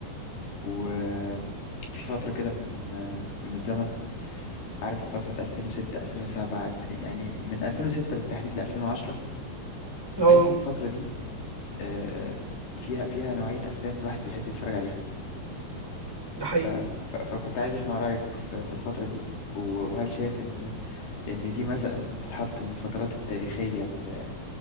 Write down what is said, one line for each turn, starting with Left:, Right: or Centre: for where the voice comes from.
Left: و- وفي فتره كده من من الزمن عارف فتره 2006 2007 الف- يعني من 2006 بالتحديد ل 2010
Centre: اه
Left: بحس ان الفتره دي آه، فيها فيها نوعيه افلام الواحد بيحب يتفرج عليها
Centre: ده حقيقي
Left: ف- ف- فكنت عايز اسمع رايك في في الفتره دي و- وهل شايف ان لأن دي مثلا تتحط من الفترات التاريخية لل-